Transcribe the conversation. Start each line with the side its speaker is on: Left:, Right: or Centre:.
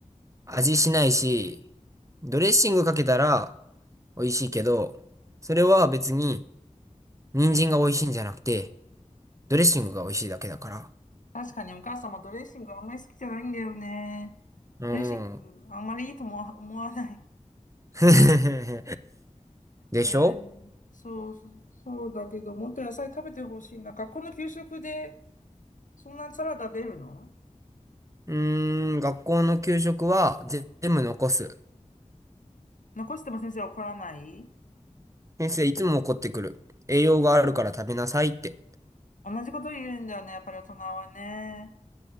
Right: 味しないし、ドレッシングかけたら美味しいけど、それは別に人参が美味しいんじゃなくて、ドレッシングが美味しいだけだから。
Left: 確かにお母様ドレッシングあんまり好きじゃないんだよね。
Right: うん。
Left: ドレッシングあんまりいいとも思わない。
Right: <laughs> でしょ
Left: えー、そうそう、そうだけど、もっと野菜食べてほしいな。学校の給食でそんなにサラダ出るの
Right: うーん、学校の給食は全部残す。
Left: 残しても先生怒らない
Right: 先生いつも怒ってくる。栄養があるから食べなさいって。
Left: 同じこと言うんだよね、やっぱり大人はね。